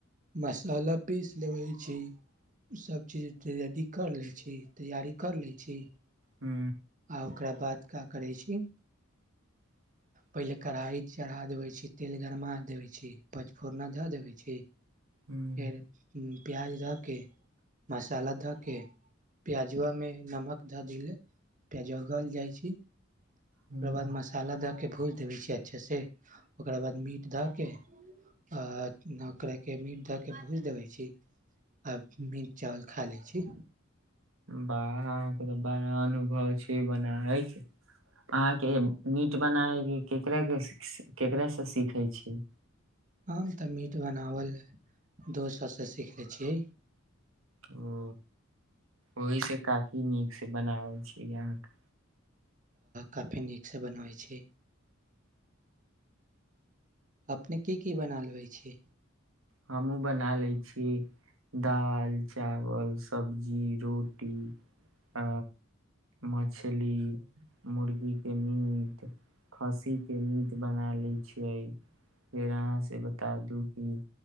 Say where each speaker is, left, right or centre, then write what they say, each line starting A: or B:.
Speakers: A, on the right (about 40°); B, on the right (about 85°).
A: मसाला पीस लैबए छी। सब चीज के रेडी कर लै छी तैयारी कर लै छी।
B: हू
A: आओर ओकरा बाद क्या करै छी?
B: <inaudible>
A: पहिले कढ़ाइ चढ़ा देबै छी, तेल गरमा देबै छी, पोचफोरना धऽ देबै छी।
B: हूँ
A: फेर प्याज धऽके मसाला धऽ के प्याजुमे नमक धऽ देले प्याजो उ गल जाइ छै।
B: हूँ
A: ओकरा बाद मसाला दऽ कऽ, भूज देबै छियै अच्छासँ ओकरा बाद मीट दऽ कऽ आ ओकरा के मीट दए के भोज देबै छी। आब मीट चावल खा लै छी।
B: बाह अहाँके तऽ बड़ा अनुभव छै बनाइ। अहाँके मीट बनाबयके केकररा के केकरासँ सीखै छी?
A: हम तऽ मीट बनाबल दोस्त सभसँ सीख लै छी।
B: ओ ओहि से काफी नीक से बनावल छीय अहाँके
A: काफी नीकसँ बनबै छी। अपने की की बना लेबै छी?
B: हमहुँ बना लै छी। दाल चावल सब्जी रोटी आ मछली मुर्गी के मीट खस्सी के नीट बना ले छियै फेर अहाँ से बता दू क